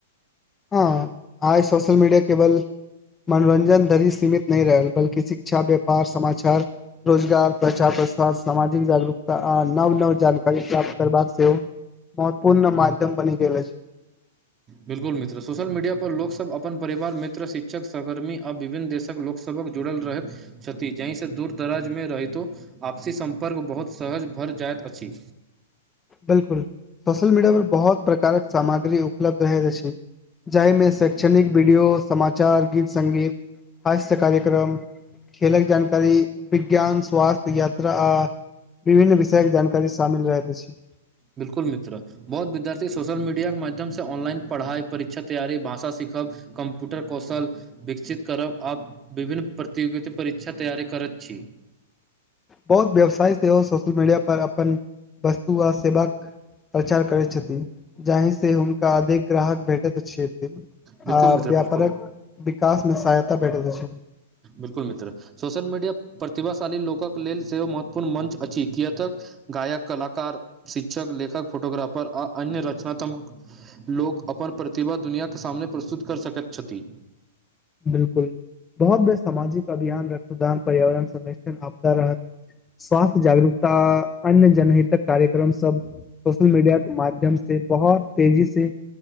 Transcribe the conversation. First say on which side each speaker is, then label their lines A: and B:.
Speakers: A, on the left (about 15°); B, on the right (about 25°).
A: हँ आइ सोशल मीडिया केवल मनोरञ्जन धरि सीमित नहि रहल बल्कि शिक्षा व्यापार समाचार रोजगार प्रचार प्रसार सामाजिक जागरूकता अ न नव नव जानकारी प्राप्त करबाक सेहोव महत्वपूर्ण मध्यम बनि गेल अछी
B: बिलकुल मित्र सोशल मीडिया पर लोकसभ अपन परिवार मित्र शिक्षक सहकर्मी आ विभिन्न देशक लोकसभा जुड़ल रहैत छथि जहिसँ दूरदराज मे रहितो आपसी सम्पर्क बहुत सहज भर जायत अछि
A: बिलकुल सोशल मीडिया पर बहुत प्रकारक सामग्री उपलब्ध रहैत अछि जाहिमे शैक्षणिक वीडियो समाचार गीत संगीत हास्य कार्यक्रम खेलक जानकारी विज्ञान स्वास्थ्य यात्रा आ विभिन्न विषयक जानकारी शामिल रहैत अछि
B: बिलकुल मित्र बहुत विद्यार्थी सोशल मीडिया के माध्यम से ऑनलाइन पढ़ाई परीक्षा तैयारी भाषा से सीखब कम्प्यूटर कौशल विकसित करब आ विभिन्न प्रतियोगिता परीक्षा तैयारी करब कर छी
A: बहुत व्यवसाय सेहो सोशल मीडिया पर अपन वस्तु आ सेवा क प्रचार करैत छथि जाहि से हुनका अधिक ग्राहक भेटैत छथि
B: बिल्कुल
A: आ
B: मित्र
A: व्यापारक
B: बिल्कुल
A: विकासमे सहायता भेटैत अछी
B: बिल्कुल मित्र सोशल मीडिया प्रतिभाशाली लोकक लेल सेहो महत्वपूर्ण मंच अछि कियत गायक कलाक शिक्षक लेखक फोटोग्राफर आ अन्य रचनात्मक लोक अपन प्रतिभा दुनिआके सामने प्रस्तुत कर सकैत छथि
A: बिलकुल बहुत बे सामाजिक अभियान रक्तदान पर्यावरण संरक्षण आपदा रहत स्वास्थ्य जागरूकता आ अन्य जनहितक कार्यक्रम सब सोशल मीडिया के माध्यम से बहुत तेजी से